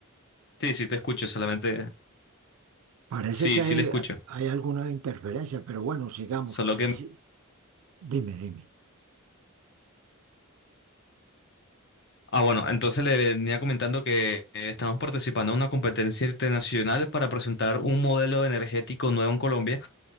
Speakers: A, on the left; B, on the right.
A: Sí, sí te escucho, solamente
B: Parece
A: Sí,
B: que hay,
A: sí le escucho.
B: hay alguna interferencia, pero bueno, sigamos.
A: Solo que...
B: Sí, dime, dime.
A: Ah, bueno, entonces le venía comentando que eh, estamos participando en una competencia internacional para presentar un modelo energético nuevo en Colombia.